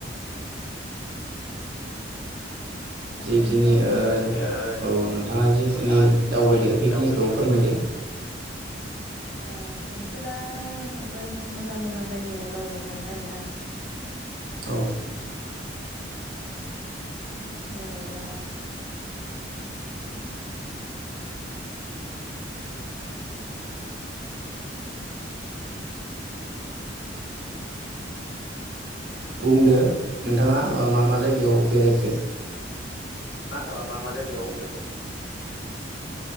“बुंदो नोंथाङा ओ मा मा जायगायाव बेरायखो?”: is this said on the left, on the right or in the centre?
Right